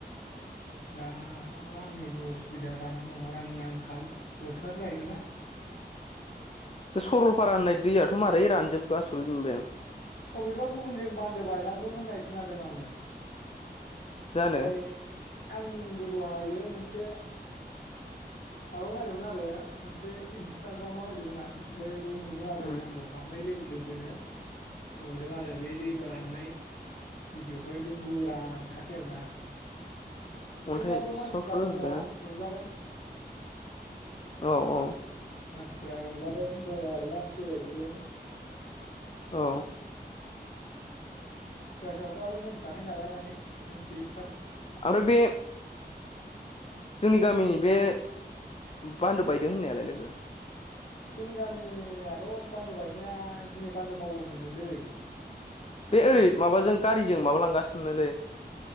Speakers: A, on the left; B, on the left.
A: दाथ' रांनिबो उसुबिदा जानानै दङ रांनि आंखाल बोथोर जाहैबायना।
B: बे सरलपारा होननाय दैयाथ' मारै रानजोबखो आसरिथ मोनबाय आं।
A: अबेबा गुबुनजों बान्दो बायलांदों होननाय खोनादों आङो।
B: जानो
A: ओमफ्राय आंबो दहायो मोनसे माबायाव नायदोंमोन आरो मोनसे इन्स्टाग्रामाव नायदोंमोन आं ओमफ्राय बाव नुदों आरो
B: उम
A: आंबो हाबनाय लोगो लोगोनो नुदों आरो बे दै बा राननाय भिडिअखौ एकदम गोरानखासै आरोना।
B: अन्थाइ
A: थेवब्लाबो मानसिफ्रा
B: स्र' स्र' जाजोब्बायना
A: दङ रंजादों।
B: औ औ।
A: मानसिफ्रा रंजादों दङ आरोना बेरायहैदों।
B: औ।
A: सोरबा सोरबथ' आरो मोनथियाखै नालाय माने मोनथियै
B: आमफ्राय बे जोंनि गामिनि बे बान्दो बायदों होननायालाय लोगो?
A: जोंनि गामियाथ' बान्दो बायनाया दिनै बान्दो मावो होनदोंमोनलै।
B: बे ओय
A: ओमफ्राय
B: माबाजों गारिजों माबालांगासिनोलै।